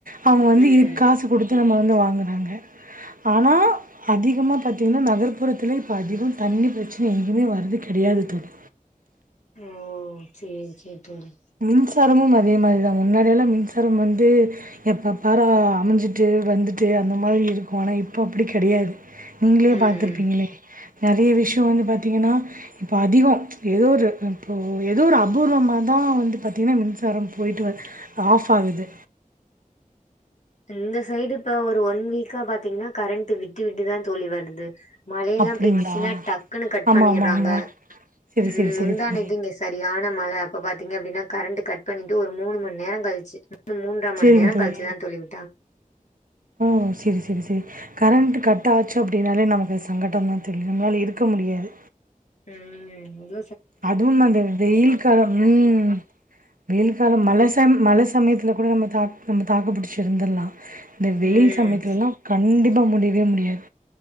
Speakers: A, on the right; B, on the left.
A: அவுங்க வந்து
B: ம்
A: இதுக் காசு குடுத் து நம்ம வந்து வாங்கறாங்க. ஆனா அதிகமா பாத்திங்கன்னா நகர்ப்புறத்தில இப்போ அதிகோ தண்ணி பிரச்சன எங்கயுமே வருது கெடையாது தோழி
B: ம் சேரி சேர் தோழி
A: மின்சாரமும் அதேமாரிதா முன்னாடியெல்லா மின்சாரம் வந்து எப்ப பார அமுஞ்சிட்டு வந்துட்டு அந்த மாரி இருக்கு. ஆனா இப்போ அப்டி கெடையாது. நீங்களே
B: ம்
A: பாத்துர்ப்பீங்களே.
B: ம்
A: நெறைய விஷ்யோ வந்து பாத்திங்கன்னா இப்போ அதிகோ ஏதோ ஒரு இப்போ ஏதோ ஒரு அபூர்வமா தா வந்து பாத்தீங்கனா மின்சாரம் போய்ட்டு வ ஆஃப் ஆகுது.
B: இந்த சைடு இப்ப ஒரு ஒன் வீக்கா பாத்தீங்கன்னா கரண்டு விட்டு விட்டுதா தோழி வருது மழயெல்லா
A: அப்படிங்களா?
B: பேன்சுச்சுன்னா டக்குன்னு கட்
A: ஆமா,
B: பண்ணீறாங்க.
A: ஆமா, ஆமா. சரி,
B: உம்
A: சரி,
B: முந்தானேது
A: சரி தோழி.
B: இங்க சரியான மழ அப்பபா தீங்க அப்டினா கரண்ட் கட் பண்ணிட்டு ஒரு மூணு மணி நேரோ கழிச்சு மூன்ற மண்
A: சரிங்க
B: நேரோ
A: தோழி.
B: கழுச்சுதா தோழவி
A: ஓ செரி செரி செரி கரண்ட் கட் ஆச்சு அப்டினாலே நமக்கு அது சங்கட்டோதா தோழி நம்மளால இருக்க முடியாது.
B: உஹ்ம் அத
A: அதுவும் அந்த வெயில் காலம் உம் வெயில் காலம் மலசம் மழை சமயத்தில கூட நம்ம தா நம்ம தாக்கு புடிச்சிருந்துர்லா இந்த வெயில்
B: ம்
A: சமயத்துலலா கண்டிப்பா முடி வே முடியா